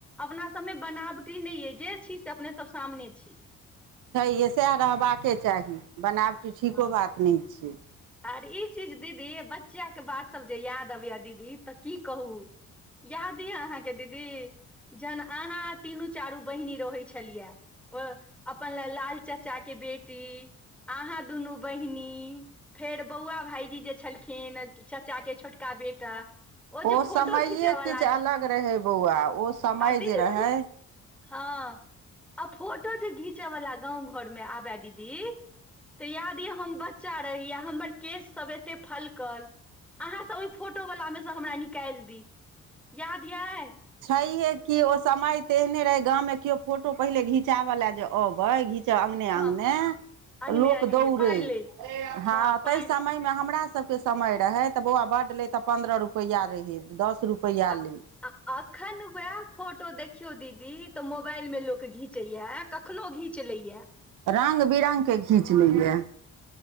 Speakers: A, in the centre; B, on the right.
A: अपना सबमे बनावटी नहि अइ जे छी से अपने सब सामने छी
B: छै सएह रहबाके चाही बनाबटी ठीको
A: हँ
B: बात नहि छै
A: आर ई चीज दीदी बच्चाक के बात सब जे याद अबया दीदी तऽ की कहू याद ये अहाँके दीदी जन अहाँ तीनू चारू बहिनी रहै छलियै ओ अपन ल लाल चचा के बेटी अहाँ दुनू बहिनी फेर बौआ भाईजी जे छलखिन चाचा के छोटका बेटा जे
B: ओ
A: फोटो
B: समैऐ
A: घीचऽ वाला
B: किछु अलग रहै बौआ ओ समय
A: आ दीदी
B: जे रहै
A: सु हँ आ फोटो जे घीचयवला गाँव घरमे आबए दीदी तऽ इएहाद यि हम बच्चा रही आ हमर केशसभ एतेक फलकल अहाँसँ ओहि फोटोवलामेसँ हमरा निकालि दी याद यऽ
B: छैहे कि ओ समय ते एहने रहे गाममे केओ फोटो पहिले घिचाबय लए जे अबै घिच अने
A: हँ
B: अंगने
A: अंगने
B: लोक
A: अंगने
B: दौड़े
A: पाइ ले
B: ह
A: हँ पानि
B: ता समय हमरा सबके समय रहै तऽ बौआ बड्ड ले तऽ पन्द्रह रुपैया रहे दस रुपैया
A: आ
B: ले
A: आ अखन वएह फोटो देखियौ दीदी तऽ मोबाइल मे लोक घीचैया कखनो घीच लैया
B: रंग बिरंगगके घीच लैय